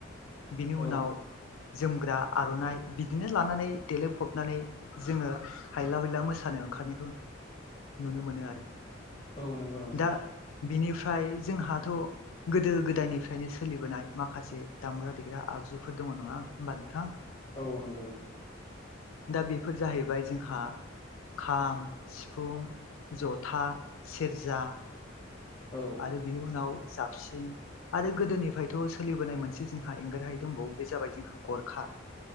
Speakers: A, on the left; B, on the left.
A: बिनि
B: औ
A: उनाव जोमग्रा आर'नाइ बिदिनो लानानै देलायफबनानै जोंङो हायला हयला मोसानो ओंखारनायखौ नुनो मोनो आरो।
B: औ नंगौ नोंथां
A: दा बिनिफ्राय जोंहाथ' गोदो गो दायनिफ्रायनो सोलिबोनाय माखासे दामग्रा देग्रा आगजुफोर दङ नङा होमबा नोंथां
B: औ नंगौ
A: दा बेफोर जाहैबाय जोंहा खाम सिफुं जथा सेरजा
B: औ
A: आरो बिनि उनाव जाबस्रिं आरो गोदोनिफ्रायथ' सोलिबोनाय मोनसे जोंहा एंगारहायै दंबावो बे जाबाय जोंहा गरखा